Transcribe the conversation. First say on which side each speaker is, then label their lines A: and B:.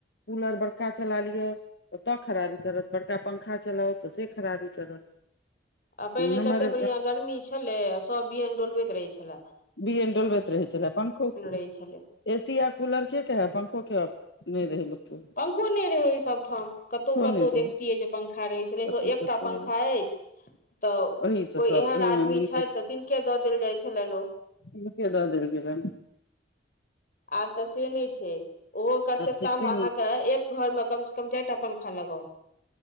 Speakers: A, on the left; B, on the left.
A: कूलर बड़का चला लियऽ ओतऽ खराबी करत बड़का पंखा चलाउ तऽसे खराबी करत
B: आ पहिने
A: हमर
B: कतेक बढ़िययाँ गर्मी छलै आ सब बियैन डोलबैत रहै छलाए
A: बियैन डोलबैत रहै छलाए पंखो ए
B: रहै छलै
A: सी आ कूलर के कहाए पंखोके नै रहै लोकके
B: पंखो नहि रहै सबठाम कतौ कतौ
A: नहि रहै
B: देखतियै जे पंखा रहै छलै
A: कतौ
B: से एकटा
A: कतौ
B: पंखा अछि तऽ
A: ओहि से
B: कोई
A: सब
B: एहन
A: ओहि
B: आदमी
A: मे मुड़ी
B: छथि तऽ तिनके दऽ देल जाइ छलनि ओ
A: हुनकें दऽ देल गेलनि
B: आब तऽ से नहि छै ओहो कत्तेठाम
A: आब से छै
B: अहाँके एक घरमे कम सऽ कम चारिटा पंखा लगाउ